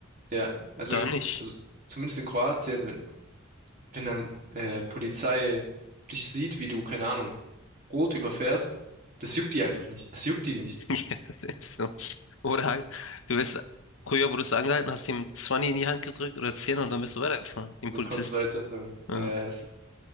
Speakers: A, on the right; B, on the left.
A: Ja, also,
B: Da
A: in, K-
B: nicht.
A: also zumindest in Kroatien, wenn, wenn dann äh, Polizei dich sieht, wie du, keine Ahnung, rot überfährst, das juckt die einfach nicht. Es juckt die nicht.
B: <laughs> Ja, das ist so. Oder halt, du wirst, früher wurdest du angehalten, hast ihm 20 in die Hand gedrückt oder 10 und dann bist du weitergefahren, dem
A: Und
B: Polizisten.
A: kannst weiterfahren.
B: Ja.
A: Ja, es ist